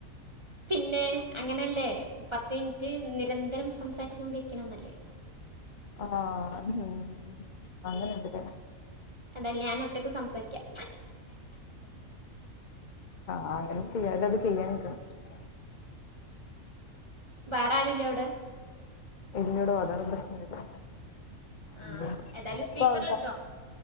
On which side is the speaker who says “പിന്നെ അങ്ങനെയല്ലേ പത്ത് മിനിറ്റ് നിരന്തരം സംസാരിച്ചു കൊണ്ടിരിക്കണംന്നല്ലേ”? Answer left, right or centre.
Right